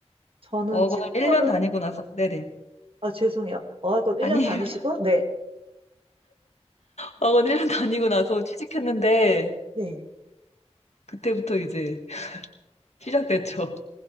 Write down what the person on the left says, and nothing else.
어학원을
1년 다니고 나서, 네네.
아니,
<laughs>
어학원 1년 다니고 나서 취직했는데,
그때부터 이제 시작됐죠.